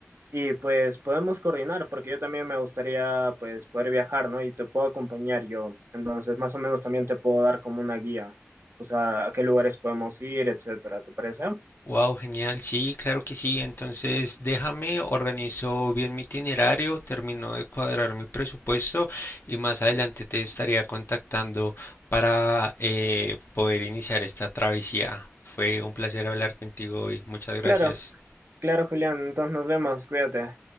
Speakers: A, on the right (about 60°); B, on the left (about 50°).
A: y pues podemos coordinar, porque yo también me gustaría pues poder viajar, ¿no? Y te puedo acompañar yo. Entonces, más o menos también te puedo dar como una guía, o sea, a qué lugares podemos ir, etcétera, ¿te parece?
B: Wow, genial. Sí, claro que sí. Entonces, déjame, organizo bien mi itinerario, termino de cuadrar mi presupuesto y más adelante te estaría contactando para eh, poder iniciar esta travesía. Fue un placer hablar contigo hoy. Muchas gracias.
A: Claro, claro, Julián. Entonces nos vemos, cuídate.